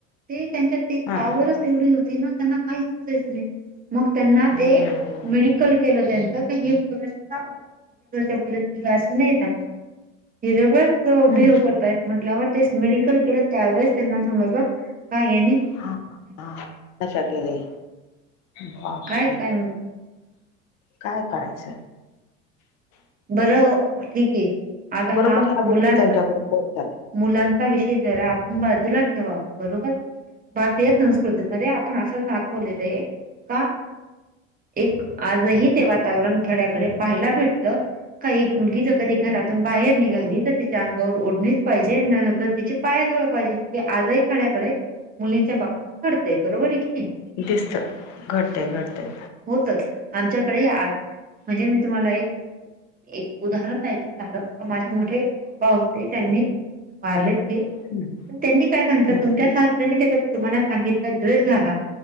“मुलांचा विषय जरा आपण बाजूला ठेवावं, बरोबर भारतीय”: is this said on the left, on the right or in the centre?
Right